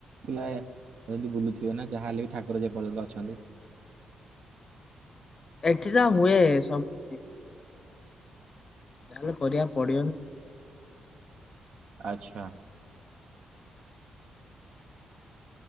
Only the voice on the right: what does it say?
ପିଲା <unintelligible> ଏମିତି ବୁଲୁଥିବେ ନା, ଯାହାହଲେ ବି ଠାକୁର ଯେପର୍ଯ୍ୟନ୍ତ ଅଛନ୍ତି।
ଆଚ୍ଛା।